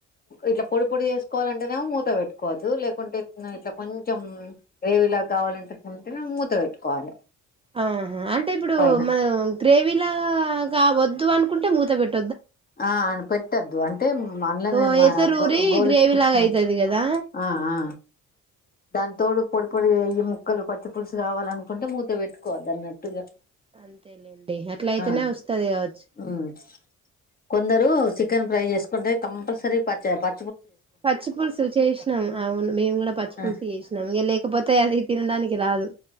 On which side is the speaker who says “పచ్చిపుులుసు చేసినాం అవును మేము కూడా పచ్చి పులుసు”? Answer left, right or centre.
Right